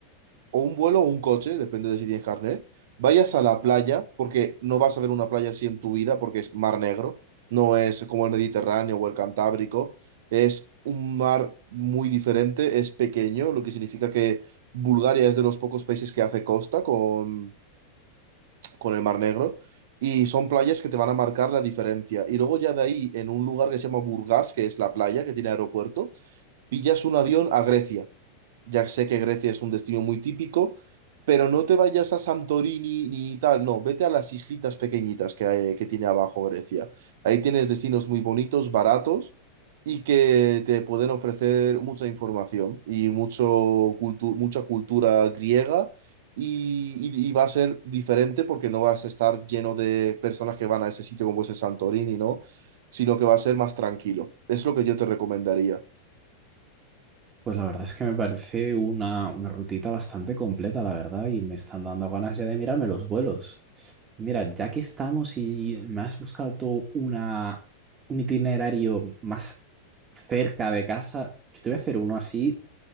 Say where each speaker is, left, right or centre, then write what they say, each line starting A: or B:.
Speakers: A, on the right; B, on the right.
A: o un vuelo o un coche, depende de si tienes carnet, vayas a la playa, porque no vas a ver una playa así en tu vida, porque es mar negro, no es como el Mediterráneo o el Cantábrico, es un mar muy diferente, es pequeño, lo que significa que Bulgaria es de los pocos países que hace costa con, con el mar negro. Y son playas que te van a marcar la diferencia. Y luego ya de ahí, en un lugar que se llama Burgas, que es la playa que tiene aeropuerto, pillas un avión a Grecia. Ya sé que Grecia es un destino muy típico, pero no te vayas a Santorini ni tal, no, vete a las islitas pequeñitas que, hay- que tiene abajo Grecia. Ahí tienes destinos muy bonitos, baratos y que te pueden ofrecer mucha información y mucho cultu- mucha cultura griega y, y- y va a ser diferente porque no vas a estar lleno de personas que van a ese sitio como ese Santorini, ¿no? Sino que va a ser más tranquilo. Es lo que yo te recomendaría.
B: Pues la verdad es que me parece una, una rutita bastante completa, la verdad, y me están dando ganas ya de mirarme los vuelos. Mira, ya que estamos y me has buscado tú una, un itinerario más cerca de casa, yo te voy a hacer uno así